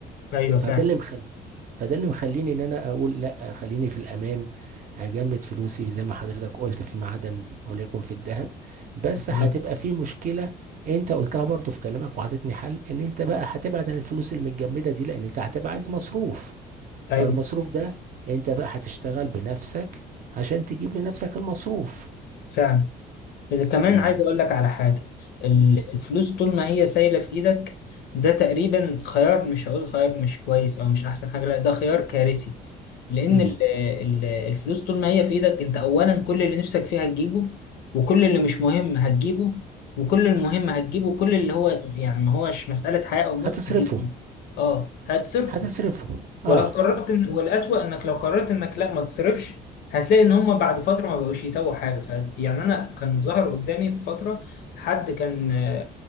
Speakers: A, on the left; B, on the right.
A: ايوه فعلا
B: فده اللي مخلي فده اللي مخليني ان انا اقول لا خليني في الامان اجمد فلوسي زي ما حضرتك قلت في معدن وليكن في الذهب بس
A: بالظبط.
B: هتبقى في مشكلة انت قلتها برضو في كلامك وعطيتني حل ان انت بقى هتبعد عن الفلوس المتجمدة دي لان انت هتبقى عايز مصروف
A: ايوه
B: فالمصروف ده انت بقى هتشتغل بنفسك عشان تجيب لنفسك المصروف
A: فعلا إذا كمان
B: يعني
A: عايز اقول لك على حاجه ال-
B: امم
A: الفلوس طول ما هي سايله في ايدك ده تقريبا خيار مش هقول خيار مش كويس او مش احسن حاجه لا ده خيار كارثي لان
B: امم
A: ال- ال- الفلوس طول ما هي في ايدك انت اولا كل اللي نفسك فيه هتجيبه وكل اللي مش مهم هتجيبه وكل المهم هتجيبه وكل اللي هو يعني ما هوش مساله حياه او موت
B: هتصرفهم
A: هتجيبه اه هتصرفه
B: هتصرفهم
A: ولو
B: اه
A: قررت إن والأسوأ إنك لو قررت إنك لا ما تصرفش هتلاقي إن هما بعد فترة ما بقوش يسووا حاجة ف يعني أنا كان ظهر قدامي في فترة حد كان آه،